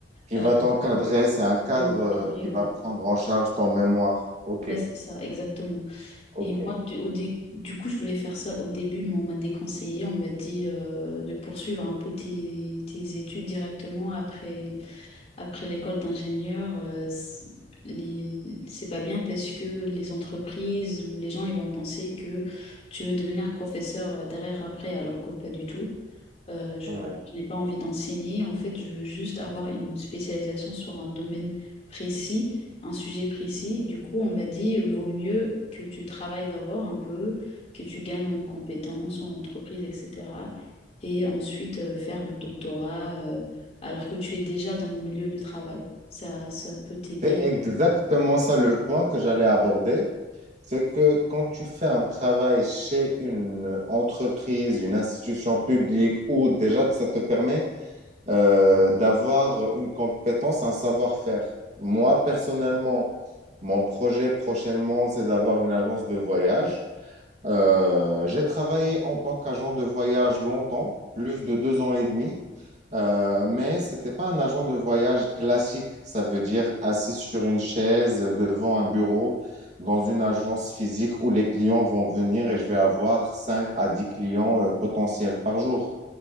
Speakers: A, on the right; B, on the left.
A: Qui
B: euh,
A: va t'encadrer, c'est un cadre
B: qui est encadré,
A: euh, qui
B: ouais.
A: va prendre en charge ton mémoire. OK,
B: Ouais, c'est ça, exactement.
A: OK.
B: Et moi, du, au dé- du coup, je voulais faire ça au début, mais on m'a déconseillé. On m'a dit euh, de poursuivre un peu tes, tes études directement après Après l'école d'ingénieur, euh, c- les- c'est pas bien parce que les entreprises ou les gens, ils vont penser que tu veux devenir professeur euh, derrière après, alors que pas du tout. Euh, je,
A: Ouais.
B: je n'ai pas envie d'enseigner. En fait, je veux juste avoir une spécialisation sur un domaine précis, un sujet précis. Du coup, on m'a dit, vaut mieux que tu travailles d'abord un peu, que tu gagnes en compétences, en entreprise, etc. Et ensuite, euh, faire le doctorat, euh, alors que tu es déjà dans le milieu du travail. Ça, ça peut t'aider.
A: C'est exactement ça le point que j'allais aborder. C'est que quand tu fais un travail chez une entreprise, une institution publique, ou déjà que ça te permet euh, d'avoir une compétence, un savoir-faire. Moi, personnellement, mon projet prochainement, c'est d'avoir une agence de voyage. Euh, j'ai travaillé en tant qu'agent de voyage longtemps, plus de deux ans et demi, euh, mais ce n'était pas un agent de voyage classique. Ça veut dire assis sur une chaise devant un bureau dans une agence physique où les clients vont venir et je vais avoir 5 à 10 clients euh, potentiels par jour